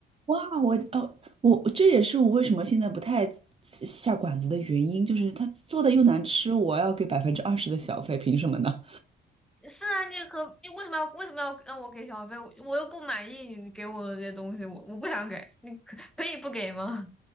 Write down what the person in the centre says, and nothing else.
<laughs> 是啊，你可你为什么要为什么要让我给小费？我我又不满意你给我的这些东西，我我不想给，你可可以不给吗？